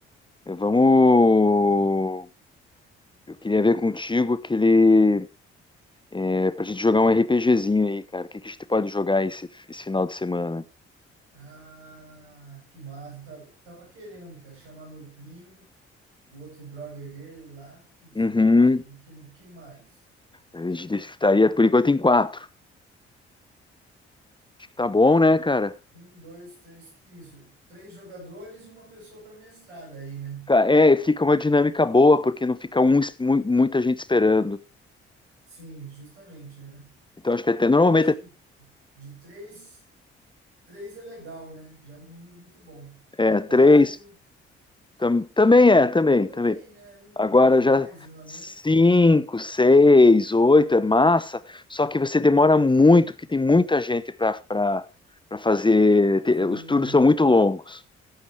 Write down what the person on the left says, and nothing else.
eh, vamos. Eu queria ver contigo aquele, é, pra gente jogar um RPGzinho aí, cara. O que que a gente pode jogar esse, esse final de semana?
Uhum.
A gente estaria por enquanto em quatro. Acho que tá bom, né, cara?
Ca- É, fica uma dinâmica boa, porque não fica um, es- mu- muita gente esperando.
Então acho que até normalmente
é
é
três. tam- também é, também,
também.
Agora
já
cinco, seis, oito é massa, só que você demora muito, porque tem muita gente para para fazer. te-
Os turnos são muito longos.